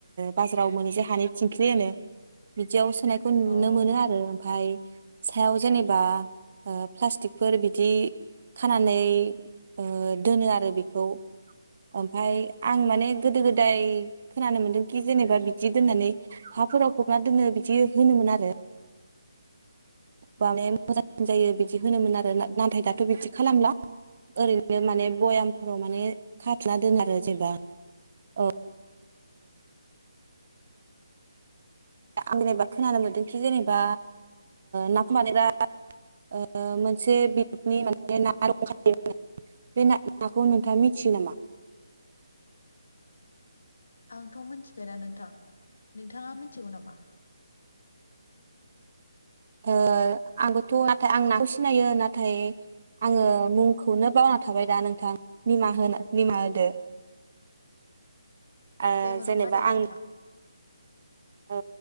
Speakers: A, on the right; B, on the left.
A: बाजाराव मोनै जे हानि थिंख्लि होनो बिदियाव नायखौ नुनो
B: अ
A: मोनो
B: नोंथां
A: आरो ओमफ्राय सायाव जेनेबा प्लासथिक फोर बिदि खानानै ओ दोनो आरो बेखौ ओमफाय आं माने गोदो गोदाय खोनानो मोनदोंखि जेनेबा बिदि दोननानै हाफोराव फबना दोननो बिदि होनोमोन आरो मोजांसिन जायो बिदि होनोमोन आरो नाथाय दाथ' थ' बिदि खालामला ओरैनो बिनो माने भयामफोराव माने खाथुमना दोनो आरो जेनेबा औ आं जेनेबा खोनानो मोनदोंखि जेनेबा नाफाम बानायबा <unintelligible> माने ना रंखायो बे नाखौ नोंथाङा मिथियो नामा
B: आंथ' मिथिफेरा नोंथां नोंथाङा मिथिगौ नामा
A: ओ आंबोथ' नाथाय आं नाखौ सिनायो नाथाय आङो मुंखौनो बावना थाबाय दा नोंथां निमाहा होनो निमाहा होदो ओ
B: जेबो
A: जेनेबा
B: नङा दे नोंथां
A: आं औ